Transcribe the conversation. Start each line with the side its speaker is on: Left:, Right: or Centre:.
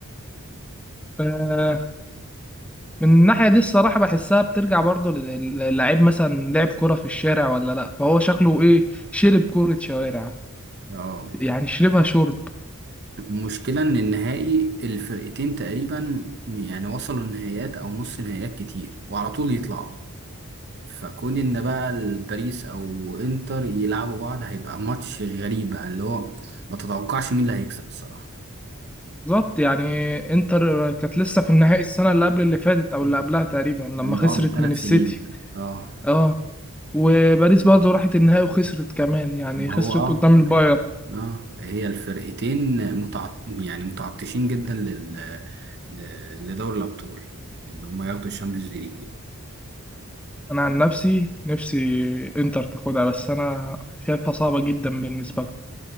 Centre: آه، من الناحية دي الصراحة بحسها بترجع برضو للاعب مثلا لعب كرة في الشارع ولا لا فهو شكله ايه شرب كرة شوارع
Right: اه
Centre: يعني شربها شرب
Right: المشكلة ان النهائي الفرقتين تقريبا يعني وصلوا النهائيات او نص نهائيات كتير وعلى طول يطلعوا فكون ان بقى الباريس او انتر يلعبوا بعض هيبقى ماتش غريب بقى اللي هو ما تتوقعش مين اللي هيكسب الصراحة
Centre: بالظبط يعني انتر كانت لسه في النهائي السنة اللي قبل اللي فاتت او اللي قبلها تقريبا لما
Right: من
Centre: خسرت
Right: اه من ثلاث
Centre: من السيتي
Right: سنين اه
Centre: اه وباريس برضه راحت النهائي وخسرت كمان يعني
Right: ما
Centre: خسرت
Right: هو اه
Centre: قدام البايرن
Right: اه آه، هي الفرقتين متعط... يعني متعطشين جدا لل... ل- لدوري الابطال ان هم ياخدوا الشامبيونز ليج
Centre: انا عن نفسي نفسي انتر تاخدها بس انا شايفها صعبة جدا بالنسبة لهم